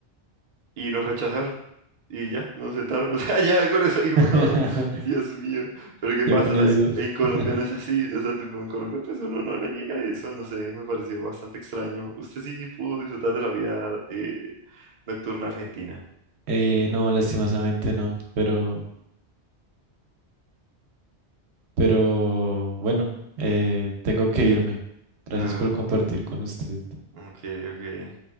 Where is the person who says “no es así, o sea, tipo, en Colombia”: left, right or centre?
Right